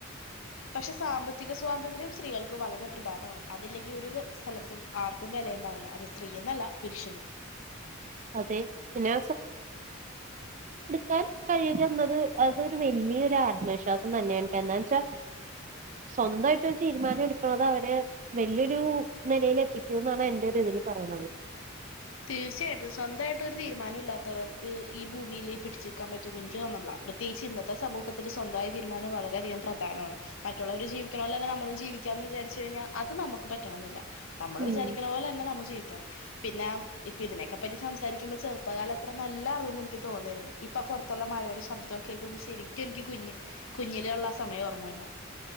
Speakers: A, on the left; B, on the right.
A: പക്ഷെ സാമ്പത്തിക സ്വാതന്ത്ര്യം സ്ത്രീകൾക്ക് ക്ക് വളരെ പ്രധാനമാണ് അതില്ലെങ്കി ഒരു സ്ഥലത്തും ആർക്കും വെലയുണ്ടാവില്ല അത് സ്ത്രീ എന്നല്ല പുരുഷനും
B: അതെ പിന്നെ കാൻ കഴിയുക എന്നത് അതൊരു വലിയൊരു ആത്മവിശ്വാസം തന്നെയാണ് ട്ടാ എന്താന്ന് വച്ചാൽ സ്വന്തായി ട്ടൊരു തീരുമാനം എടുക്കണത് അവര് വല്യൊരു നിലയിൽ എത്തിക്കും എന്നാണ് എന്റെ ഒരു ഇതില് പറയണത്
A: തീർച്ചയായിട്ടും സ്വന്തായിട്ടൊ ഒരു തീരുമാനം ഇല്ലാത്തവർക്ക് ഈ ഭൂമിയിൽ പിടിച്ച് നിൽക്കാൻ പറ്റും എന്ന് എനിക്ക് തോന്നില്ല പ്രത്യേകിച്ച് ഇന്നത്തെ സമൂഹത്തിൽ സ്വന്തായ തീരുമാനം വളരെയധികം പ്രധാനമാണ് മറ്റുള്ളവര് ജീവിക്കണ പോലെ തന്നെ നമ്മളും ജീവിക്കാ എന്ന് വിചാരിച്ച് കഴിഞ്ഞാൽ അത് നമുക്ക് പറ്റണംന്നില്ല നമ്മള്
B: ഉം
A: വിചാരിക്ണ പോലെ തന്നെ നമ്മൾ ജീവിക്കണം പിന്നെ ഇപ്പൊ ഇതിനൊക്കെ പറ്റി സംസാരിക്കുമ്പോ ചെറുപ്പകാലം അത്ര നല്ലായിരുന്നുന്ന് എനിക്ക് തോന്നിയിരുന്നു ഇപ്പൊ പൊറത്തുള്ള മഴയുടെ ശബ്ദമൊക്കെ കേക്കുമ്പോ ശരിക്കും എനിക്ക് കുഞ് കുഞ്ഞിലേ ഉള്ള ആ സമയം ഓർമ്മ വര് ന്